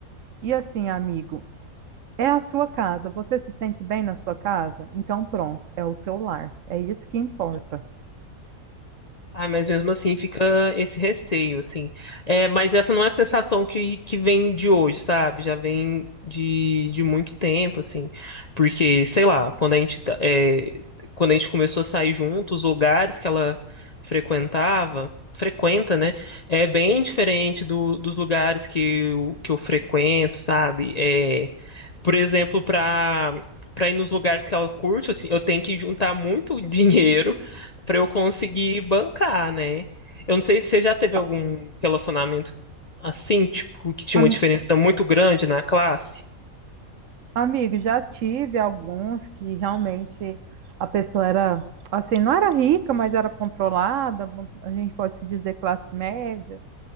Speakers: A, on the right; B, on the left.
A: E assim, amigo, é a sua casa. Você se sente bem na sua casa? Então, pronto, é o seu lar. É isso que importa.
B: Ah, mas mesmo assim fica esse receio, assim. É, mas essa não é a sensação que, que vem de hoje, sabe? Já vem de, de muito tempo, assim. Porque, sei lá, quando a gente, tá- é, quando a gente começou a sair junto, os lugares que ela frequentava, frequenta, né? É bem diferente do, dos lugares que eu, que eu frequento, sabe? É, por exemplo, para para ir nos lugares que ela curte, eu te- eu tenho que juntar muito <laughs> dinheiro para eu conseguir bancar, né? Eu não sei se você já teve
A: Ó,
B: algum relacionamento assim, tipo, que tinha
A: Ami-
B: uma diferença muito grande na classe.
A: Amigo, já tive alguns que realmente a pessoa era, assim, não era rica, mas era controlada, a gente pode se dizer classe média.